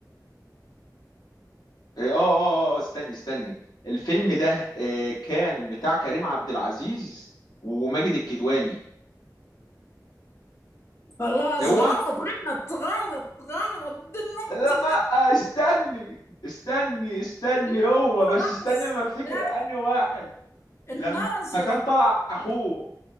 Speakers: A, on the left; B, on the left.
A: اه اه اه آه، استني استني الفيلم ده آه، كان بتاع كريم عبد العزيز وماجد الكدواني
B: خلاص
A: هو
B: غلط غلط غلط غلط دي الناظر
A: لا
B: ده.
A: استني استني استني
B: لا
A: هو بس
B: خلاص
A: استني ما افتكر
B: لا
A: انهي واحد
B: الناظر
A: لما كان طلع اخوه